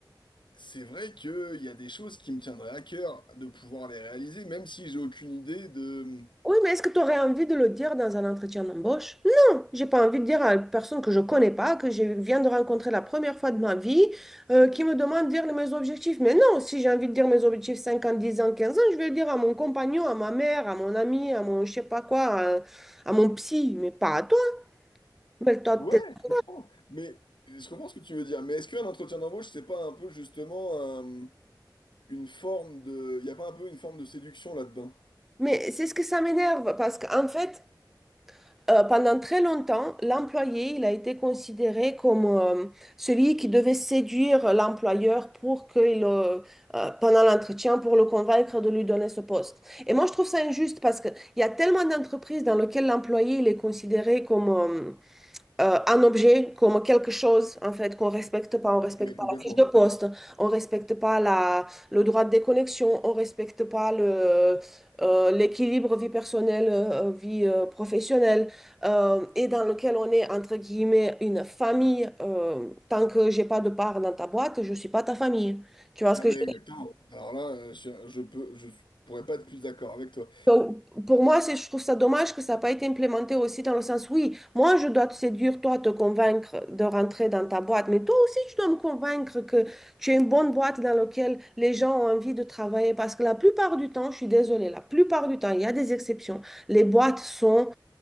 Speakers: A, on the left; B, in the centre.
A: c'est vrai qu'il y a des choses qui me tiendraient à cœur de pouvoir les réaliser, même si j'ai aucune idée de...
B: Oui, mais est-ce que tu aurais envie de le dire dans un entretien d'embauche? Non, j'ai pas envie de dire à une personne que je connais pas, que je viens de rencontrer la première fois de ma vie, euh, qui me demande de dire mes objectifs. Mais non, si j'ai envie de dire mes objectifs 5 ans, 10 ans, 15 ans, je vais le dire à mon compagnon, à ma mère, à mon ami, à mon je sais pas quoi, à, à mon psy, mais pas à toi. Rappelle-toi
A: Ouais,
B: de tes-
A: je comprends. Mais je comprends ce que tu veux dire. Mais est-ce qu'un entretien d'embauche, c'est pas un peu justement euh, une forme de... Il n'y a pas un peu une forme de séduction là-dedans?
B: Mais c'est ce que ça m'énerve, parce qu'en fait, Euh, pendant très longtemps, l'employé, il a été considéré comme euh, celui qui devait séduire l'employeur pour qu'il, euh, euh, pendant l'entretien, pour le convaincre de lui donner ce poste. Et moi, je trouve ça injuste parce qu'il y a tellement d'entreprises dans lesquelles l'employé, il est considéré comme, euh, euh, un objet comme quelque chose, en fait, qu'on respecte pas. On respecte
A: Mais complètement.
B: pas la fiche de poste, on respecte pas la, le droit de déconnexion, on respecte pas le, euh, l'équilibre vie personnelle, euh, vie euh, professionnelle, euh, et dans lequel on est, entre guillemets, une famille. euh, tant que j'ai pas de part dans ta boîte, je suis pas ta famille. Tu vois ce
A: Ah
B: que
A: mais
B: je
A: exactement. Alors là, euh, je, je peux, je pourrais pas être plus d'accord avec toi.
B: Donc, pour moi, c'est, je trouve ça dommage que ça n'a pas été implémenté aussi dans le sens, oui, moi, je dois te séduire, toi, te convaincre de rentrer dans ta boîte, mais toi aussi, tu dois me convaincre que tu es une bonne boîte dans laquelle les gens ont envie de travailler. Parce que la plupart du temps, je suis désolée, la plupart du temps, il y a des exceptions. Les boîtes sont